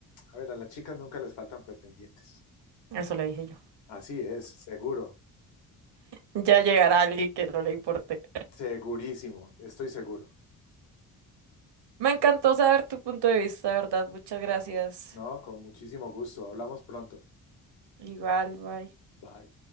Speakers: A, on the left; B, on the right.
A: a ver, a las chicas nunca les faltan pretendientes.
B: Eso le dije yo.
A: Así es, seguro,
B: Ya llegará alguien que no le importe.
A: segurísimo, estoy seguro.
B: Me encantó saber tu punto de vista, ¿verdad? Muchas gracias.
A: No, con muchísimo gusto. Hablamos pronto.
B: Igual, bye.
A: bye.